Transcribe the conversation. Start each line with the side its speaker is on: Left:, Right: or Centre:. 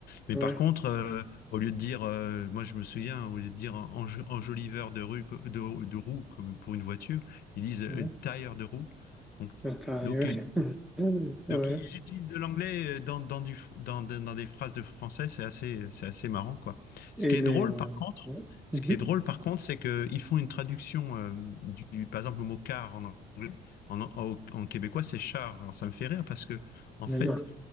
Left: Mais
Centre: Ouais,
Left: par contre, euh, au lieu de dire, euh, moi je me souviens, au lieu de dire enj- enjoliveur de rue, co- de, de roue comme pour une voiture, ils disent euh,
Centre: ouais,
Left: tire de roue. Donc,
Centre: sérieux.
Left: donc, euh,
Centre: <laughs> Ouais.
Left: donc ils utilisent de l'anglais euh, dans, dans, du, fr- dans, dans- dans des phrases de français, c'est assez, c'est assez marrant, quoi. Ce
Centre: Et
Left: qui
Centre: les...
Left: est drôle, par contre,
Centre: ouais.
Left: ce
Centre: mhm.
Left: qui est drôle, par contre, c'est qu'ils font une traduction euh, du, par exemple, le mot car en anglais, en, en, en québécois, c'est char. Alors ça me fait rire parce que, en
Centre: Mais
Left: fait,
Centre: non,